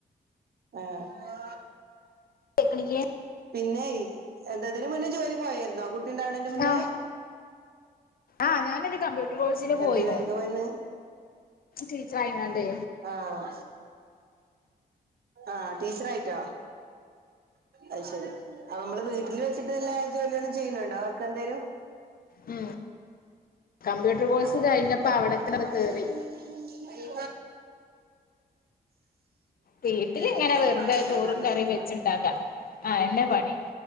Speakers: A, on the right (about 70°); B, on the left (about 60°).
A: ആഹ
B: കേക്ക്ണില്ലേ
A: പിന്നെ എന്തതിന് മുന്നേ ജോലി പോയരുന്നോ കുട്ടി ഉണ്ടാവണ എന്റെ മുന്നേ
B: ആഹ് ആഹ് ഞാനൊരു കമ്പ്യൂട്ടർ കോഴ്സിന് പോയിനു
A: എന്ത് ജോലിക്കാ പോയിന്ന്
B: ടീച്ചറായിങ്ങാണ്ടേ
A: ആഹ ആഹ ടീച്ചറയിട്ടോ അ ശരി അപ്പ നമ്മള് വീട്ടില് വെച്ചിട്ട് എല്ലാ ജോലികളും ചെയ്യുന്നുണ്ടോ അവർക്ക് എന്തായരും
B: ഉം കമ്പ്യൂട്ടർ കോഴ്സ്
A: ആരെങ്കിലും
B: കഴിഞ്ഞപ്പോ
A: എന്തിലും
B: അവിടെത്തന്നെ
A: പറഞ്ഞ അവീ
B: കേറി വീട്ടിലിങ്ങനെ
A: ക
B: വെറുതെ ചോറും കറിയും വെച്ചുണ്ടാക്കാം അതെന്നെ പണി